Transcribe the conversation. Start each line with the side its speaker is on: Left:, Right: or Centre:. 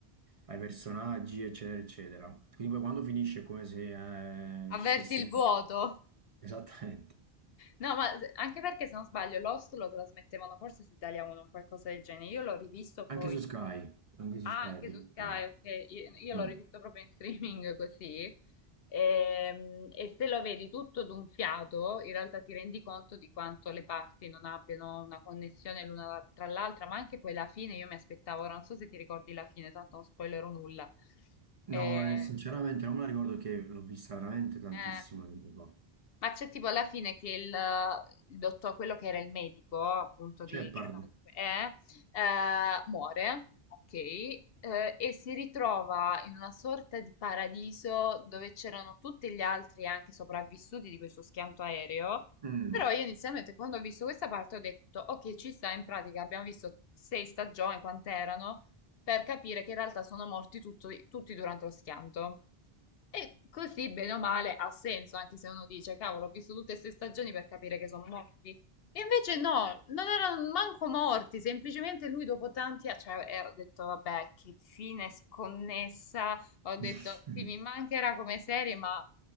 Right: ai personaggi, eccetera, eccetera. Quindi poi quando finisce è come se
Left: avverti
Right: eh, ci stessimo.
Left: il vuoto.
Right: Esattamente.
Left: No, ma se- anche perché se non sbaglio Lost lo trasmettevano forse su Italia 1 o qualcosa del genere. Io l'ho rivisto poi
Right: Anche su Sky, anche su
Left: Ah,
Right: Sky
Left: anche
Right: addirittura.
Left: su Sky, ok. Io, io
Right: Mm.
Left: l'ho rivisto proprio in streaming <laughs> così. Ehm, E, se lo vedi tutto d'un fiato, in realtà ti rendi conto di quanto le parti non abbiano una connessione l'una tra l'altra, ma anche poi la fine, io mi aspettavo, ora non so se ti ricordi la fine, tanto non spoilerò nulla. Eh,
Right: No, eh, sinceramente non me la ricordo che l'ho vista veramente tantissimo
Left: eh,
Right: tempo fa.
Left: Ma c'è tipo alla fine che il, il dottor, quello che era il medico, appunto, di,
Right: Shepard.
Left: che stava, eh, eh, muore, ok, eh, e si ritrova in una sorta di paradiso dove c'erano tutti gli altri anche sopravvissuti di questo schianto aereo.
Right: Mm.
Left: Però io inizialmente quando ho visto questa parte ho detto, ok, ci sta, in pratica abbiamo visto sei stagioni, quant'erano, per capire che in realtà sono morti tutto- tutti durante lo schianto. E così, bene o male, ha senso, anche se uno dice, cavolo, ho visto tutte queste stagioni per capire che sono morti. E invece no, non erano manco morti, semplicemente lui dopo tanti anni, cioè, eh, ho detto, vabbè, che fine sconnessa, ho detto,
Right: <laughs>
Left: sì, mi mancherà come serie, ma